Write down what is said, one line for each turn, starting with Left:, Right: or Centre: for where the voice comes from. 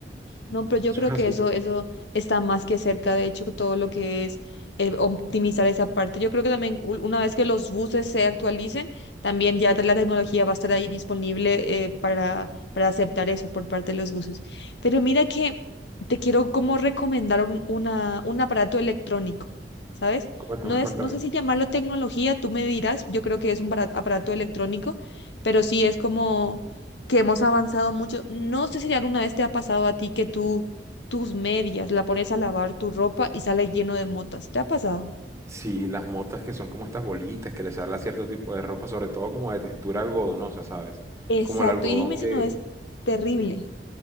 Left: No, pero yo
Right: Eso
Left: creo
Right: es así.
Left: que eso, eso está más que cerca, de hecho, todo lo que es eh, optimizar esa parte. Yo creo que también u- una vez que los buses se actualicen, también ya la tecnología va a estar ahí disponible eh, para, para aceptar eso por parte de los buses. Pero mira que te quiero como recomendar un, una, un aparato electrónico, ¿sabes?
Right: Cuéntame,
Left: No es,
Right: cuéntame.
Left: no sé si llamarlo tecnología, tú me dirás, yo creo que es un para- aparato electrónico, pero sí es como que hemos avanzado mucho. No sé si alguna vez te ha pasado a ti que tú tus medias la pones a lavar tu ropa y sale lleno de motas. ¿Te ha pasado?
Right: Sí, las motas que son como estas bolitas que les sale a cierto tipo de ropa, sobre todo como de textura algodonosa, ¿sabes?
Left: Exacto.
Right: Como el algodón
Left: Y dime
Right: que...
Left: si no es terrible.